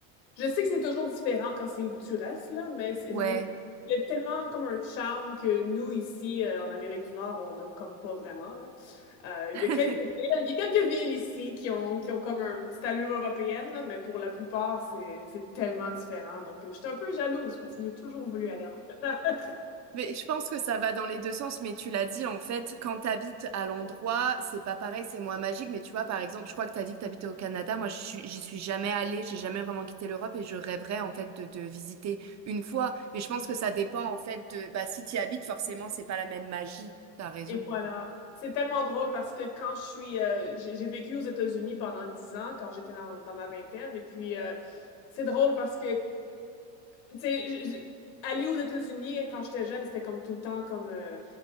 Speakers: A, on the left (about 80°); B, on the right (about 35°).
A: Je sais que c'est toujours différent quand c'est où que tu restes, là, mais c'est-
B: Ouais.
A: j'ai- il y a tellement comme un charme que nous, ici, euh, en Amérique du Nord, on n'a comme pas vraiment, là. Euh, il
B: <laughs>
A: y a quelques villes, il y a quelques villes ici qui ont, qui ont comme une petite allure européenne, là, mais pour la plupart, c'est c'est tellement différent. Donc, euh, je suis un peu jalouse parce que j'ai toujours voulu aller en Angleterre.
B: Mais je pense que ça va dans les deux sens, mais tu l'as dit, en fait, quand t'habites à l'endroit, c'est pas pareil, c'est moins magique, mais tu vois, par exemple, je crois que t'as dit que t'habitais au Canada, moi, je suis- j'y suis jamais allée, j'ai jamais vraiment quitté l'Europe et je rêverais, en fait, de, de visiter une fois, mais je pense que ça dépend, en fait, de, bah, si t'y habites, forcément, c'est pas la même magie, t'as raison.
A: Et voilà. C'est tellement drôle parce que quand je suis, euh, j'ai j'ai vécu aux États-Unis pendant 10 ans quand j'étais dans, dans ma vingtaine. Et puis, euh, c'est drôle parce que tu sais, j- j- aller aux États-Unis quand j'étais jeune, c'était comme tout le temps comme euh,